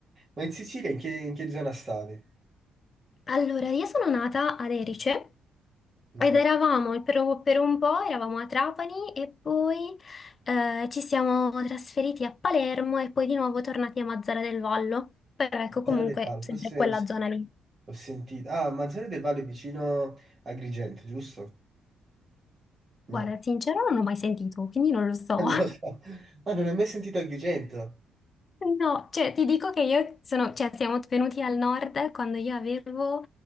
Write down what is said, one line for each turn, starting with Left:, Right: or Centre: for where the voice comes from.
Right: Ma in Sicilia in che, in che zona stavi?
Left: Allora, io sono nata ad Erice
Right: In
Left: ed
Right: te-
Left: eravamo per, per un po', eravamo a Trapani e poi eh, ci siamo trasferiti a Palermo e poi di nuovo tornati a Mazara del Vallo. Però ecco, comunque,
Right: Zona del Palo,
Left: sempre
Right: forse
Left: quella zona lì.
Right: Ho sentito. Ah, Manzano del Valle è vicino a Agrigento, giusto? No,
Left: Guarda, sincero, non l'ho mai sentito, quindi non lo so.
Right: <laughs> non
Left: <laughs>
Right: lo so. Ah, non ho mai sentito Agrigento.
Left: No, cioè ti dico che io sono, cioè siamo venuti al nord quando io avevo